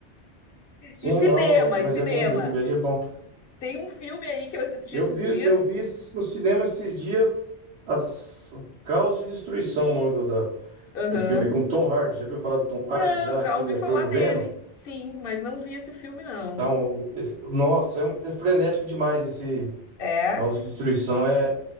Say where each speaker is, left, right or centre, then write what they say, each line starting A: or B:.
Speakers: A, on the right; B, on the left.
A: sim,
B: E cinema,
A: não, ô louco,
B: e
A: mas
B: cinema.
A: é bom, Breaking Bad é bom.
B: Tem um filme aí que eu assisti
A: Eu
B: esses
A: vi,
B: dias.
A: eu vi esse- no cinema esses dias as o Caos de Destruição, o nome do, da-
B: Aham.
A: do filme, com Tom Hardy. Já viu falar do Tom
B: Não,
A: Hardy, já
B: já
A: aquele
B: ouvi
A: ator
B: falar
A: do
B: dele.
A: Venom?
B: Sim, mas não vi esse filme, não.
A: Então, esse- nossa, é, um- é frenético demais esse
B: É?
A: Caos de Destruição. É